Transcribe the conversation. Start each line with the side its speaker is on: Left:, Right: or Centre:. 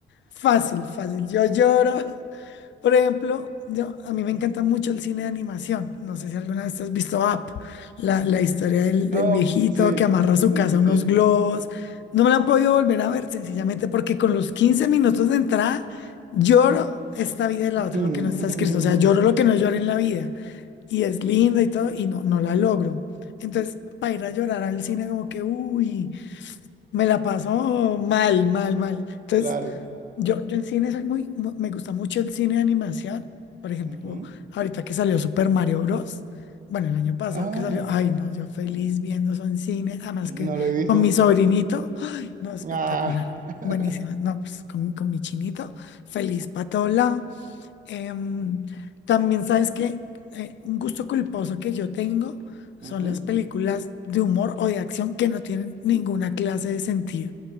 Left: fácil, fácil, yo lloro. <laughs> Por ejemplo, yo- a mí me encanta mucho el cine de animación. No sé si alguna vez has visto Up, la, la historia del, del
Right: Oh,
Left: viejito
Right: p- sí,
Left: que amarra a su
Right: sí,
Left: casa
Right: sí,
Left: unos
Right: sí.
Left: globos. No me la he podido volver a ver sencillamente porque con los 15 minutos de entrada lloro esta vida y la
Right: <laughs>
Left: otra, lo que no está escrito. O sea, lloro lo que no lloré en la vida y es linda y todo, y no, no la logro. Entonces, para ir a llorar al cine, como que, uy, me la paso mal, mal, mal. Entonces,
Right: Claro.
Left: yo, yo en cine soy muy, mu- me gusta mucho el cine de animación. Por ejemplo,
Right: Ujú.
Left: ahorita que salió Super Mario Bros. Bueno, el año pasado
Right: Ay,
Left: que salió, ay, no, yo feliz viendo eso en cine, además
Right: no
Left: que
Right: lo he visto.
Left: con mi sobrinito, ay, no, espectacular,
Right: Ah. <laughs>
Left: buenísima, no, pues con, mi- con mi chinito, feliz para todo lado. Em, también sabes que eh, un gusto culposo que yo tengo son
Right: Ujú.
Left: las películas de humor o de acción que no tienen ninguna clase de sentido.